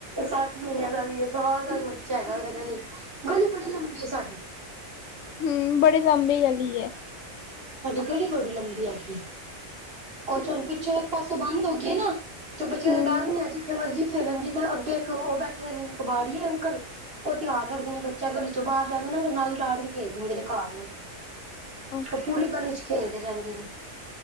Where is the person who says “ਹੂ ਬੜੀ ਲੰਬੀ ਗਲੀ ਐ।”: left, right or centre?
Left